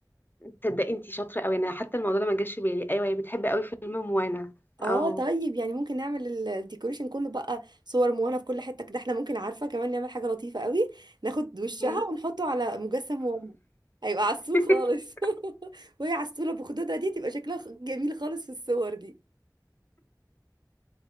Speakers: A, on the left (about 30°); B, on the right (about 75°).
A: تصدقي انتي شاطره قوي انا حتى الموضوع ده ما جاش في بالي ايوه هي بتحب قوي فيلم موانا اه
B: اه طيب يعني ممكن نعمل ال- الديكوريشن كله بقى صور موانا في كل حتة كده احنا ممكن عارفة كمان نعمل حاجة لطيفة قوي ناخد وشها
A: مم.
B: ونحطه على مجسم موانا هيبقى عسول
A: <laughs>
B: خالص <laughs> وهي عسولة بخدودها دي تبقى شكلها خ- جميل خالص في الصور دي